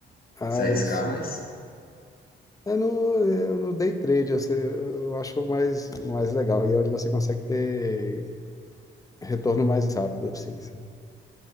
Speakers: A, on the left; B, on the left.
A: Ah,
B: se arriscar
A: eu,
B: mais?
A: é no, é no day trade, eu, sei- eu acho mais, mais legal. E é onde você consegue ter retorno mais rápido, assim. sabe?